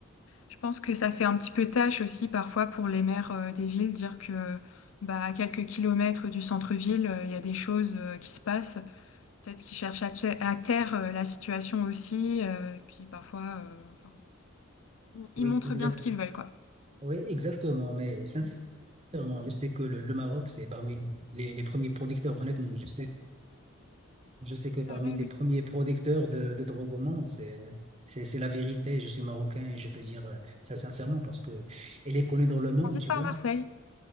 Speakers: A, on the left; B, on the right.
A: Je pense que ça fait un petit peu tâche aussi parfois pour les maires euh, des villes dire que bah à quelques kilomètres du centre-ville, euh, il y a des choses euh, qui se passent. Peut-être qu'ils cherchent à, te- à taire euh, la situation aussi. euh, et puis parfois, euh, enfin, ils
B: Oui,
A: montrent
B: exactement.
A: bien ce qu'ils veulent quoi.
B: Oui, exactement. Mais sincèrement, je sais que le, le Maroc, c'est parmi les, les- les premiers producteurs. Honnêtement, je sais, je sais que parmi
A: Pareil,
B: les
A: oui.
B: premiers producteurs de, de drogue au monde, c'est, c'est, c'est la vérité. Je suis marocain et je peux dire euh, ça sincèrement parce que elle est connue dans
A: Ça
B: le monde,
A: transite
B: tu
A: par
B: vois.
A: Marseille.